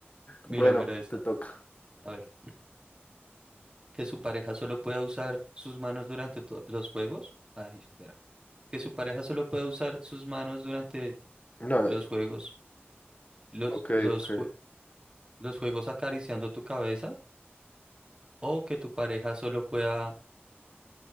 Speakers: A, on the right (about 25°); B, on the left (about 40°).
A: Mira,
B: Bueno,
A: mira esta.
B: te toca.
A: A ver, que su pareja solo pueda usar sus manos durante to- los juegos. Ay, espera. Que su pareja solo pueda usar sus manos durante
B: No,
A: los juegos, los,
B: ok,
A: los,
B: ok.
A: jue- los juegos acariciando tu cabeza. O que tu pareja solo pueda